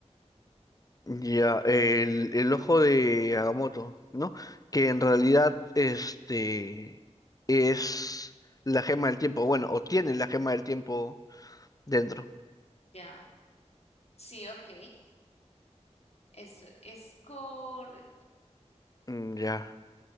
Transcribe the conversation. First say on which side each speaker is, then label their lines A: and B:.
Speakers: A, on the left (about 30°); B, on the left (about 60°).
A: Ya, el, el ojo de Agamotto, ¿no? Que en realidad este es la gema del tiempo, bueno, o tiene la gema del tiempo dentro.
B: Ya, sí, ok, eso es correcto.
A: Mm, Ya.